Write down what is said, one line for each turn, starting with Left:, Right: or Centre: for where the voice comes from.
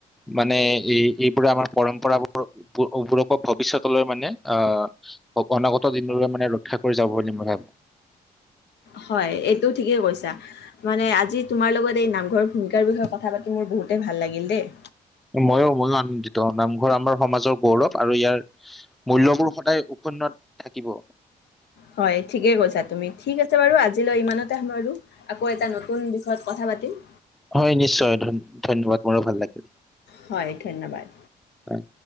Centre: মানে। এই, এইবোৰে আমাৰ পৰম্পৰাবোৰকো ভৱিষ্যতলৈ মানে আহ অনাগত দিনৰে মানে ৰক্ষা কৰি যাব বুলি মই ভাবো।
Left: হয়, এইটো ঠিকেই কৈছা। মানে, আজি তোমাৰ লগত এই নামঘৰৰ ভূমিকাৰ বিষয়ে কথা পাতি মোৰ বহুতেই ভাল লাগিল দেই।
Centre: ম‌ইয়ো, মইয়ো আনন্দিত নামঘৰ আমাৰ সমাজৰ গৌৰৱ আৰু ইয়াৰ মূল্যবোৰ সদায় উক্ষন্নত থাকিব।
Left: হয়, ঠিকেই কৈছা তুমি। ঠিক আছে বাৰু আজিলৈ ইমানতে সামৰো। আকৌ, এটা নতুন বিষয়ত কথা পাতি। পাতিম
Centre: হয় নিশ্চয়, ধন্যবাদ মোৰো ভাল লাগিল।
Left: হয় ধন্যবাদ।
Centre: হয়।